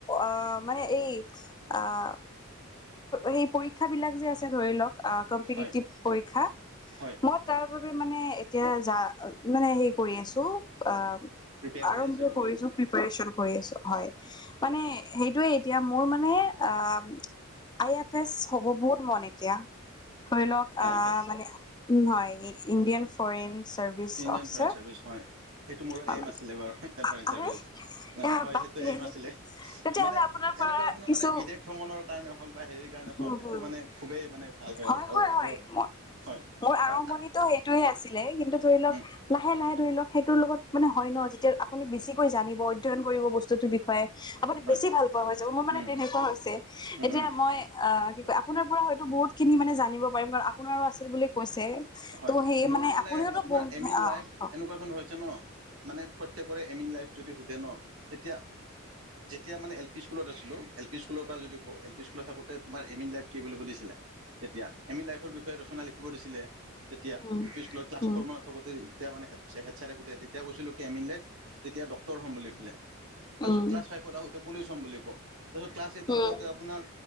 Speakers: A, on the left; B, on the right.
A: অ', মানে এই আহ সেই পৰীক্ষাবলাক যে আছে ধৰি লওক আহ কম্পিটিভ
B: হয়
A: পৰীক্ষা
B: হয়
A: মই তাৰ বাবে মানে এতিয়া যা মানে হেৰি কৰি আছোঁ অ'
B: প্ৰিপেয়াৰ কৰি আছে আৰু। আপুনি
A: কৰিছো প্ৰিপাৰেচন কৰি আছোঁ হয় বাট মানে সেইটোয়ে এতিয়া মোৰ মানে আ আই এফ এছ হ'ব বহুত মন এতিয়া ধৰি লওক
B: আই
A: আ
B: এফ এছ
A: মানে উম হয় Indian foreign service
B: Indian
A: officer
B: foreign service হয় সেইটো মোৰো
A: হয়
B: এইম
A: মানে
B: আছিলে বাৰু। ইণ্ডিয়ান ফ'ৰেন
A: আৰে
B: চাৰ্ভিচ
A: এ
B: হয়
A: বাপৰে
B: সেইটো এইম আছিলে
A: তেতিয়াহ'লে
B: মানে
A: আপোনাৰ
B: এনেকুৱা
A: পৰা
B: ধৰণৰ
A: কিছু
B: মানে বিদেশ ভ্ৰমণৰ কাৰণে হওক বা হেৰিৰ কাৰণে হওক
A: উম
B: এইটো
A: হম
B: মানে খুবেই মানে ভাল
A: হয়,
B: আৰু আৰু
A: হয়, হয়
B: ধৰক হয়
A: মোৰ
B: আৰু
A: আৰম্ভণিতো সেইটোয়ে আছিলে কিন্তু ধৰি লওক
B: উম,
A: লাহে লাহে ধৰি লওক সেইটোৰ লগত মানে হয় ন যেতিয়া আপুনি বেছিকৈ জানিব অধ্যয়ন কৰিব বস্তুটোৰ বিষয়ে আপুনি
B: হয়
A: বেছি ভাল পোৱা হৈ যাব মোৰ মানে
B: উম,
A: তেনেকুৱা হৈছে
B: উম,
A: এতিয়া
B: উম,
A: মই অ', কি কয় আপোনাৰ পৰা হয়তো বহুত খিনি মানে জানিব পাৰিম কাৰণ আপোনাৰো আছিল বুলি কৈছে
B: হয়
A: ত' সেয়ে
B: মোৰ মানে
A: আপুনিওতো
B: আপোনাৰ
A: বহু
B: এম ইন
A: অ
B: লাইফ
A: অ
B: এনেকুৱা ধৰণৰ হৈছে ন মানে প্ৰত্যেকৰে এম ইন লাইফ যদি সোধে ন তেতিয়া যেতিয়া মানে এল পি স্কুলত আছিলোঁ, এল পি স্কুলৰপৰা যদি কওঁ, এল পি স্কুলত থাকোঁতে তোমাৰ এম ইন লাইফ কি বুলি সুধিছিলে তেতিয়া এম ইন লাইফৰ বিষয়ে ৰচনা লিখিব দিছিলে, তেতিয়া
A: উম
B: এল পি স্কুলৰ ক্লাছ
A: উম
B: ফ'ৰ মানত থাকোঁতে যেতিয়া মানে হেডচাৰে সুধে, তেতিয়া কৈছিলোঁ কি তেতিয়া ডক্টৰ হ'ম বুলি পেলাই তাৰপিছত
A: উম
B: ক্লাছ ফাইভত আহোঁতে পলিচ হ'ম বুলি কও, তাৰপিছত ক্লাছ এইটত
A: উম
B: যাওঁতে আপোনাৰ